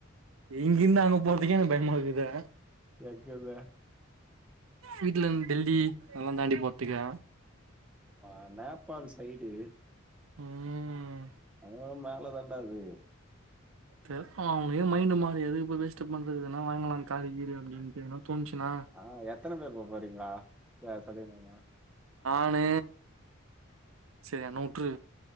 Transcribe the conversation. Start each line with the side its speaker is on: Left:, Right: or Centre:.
Right: இங்கிந்த அங்க போறதுக்கே எனக் பயமாக்குது
Centre: எங்கிருந்த
Right: வீட்லருந்து டெல்லி அங்கலா தாண்டி போறதுக்கா
Centre: வ நேபால் சைடு
Right: ம்
Centre: அ மேலதா ண்டாது
Right: தெ அவங்களே மைண்ட் மாத்தி எதுக் இப்ப வேஸ்ட்டு பண்றது எதனா வாங்கலா காரு கீரு அப்டின்டு எதனா தோனுச்சினா
Centre: ஆ எத்தன பேரு போ போறீங்கா சேர் சொல்லியிருந்தாங்க
Right: நானு சேரி என்ன உட்று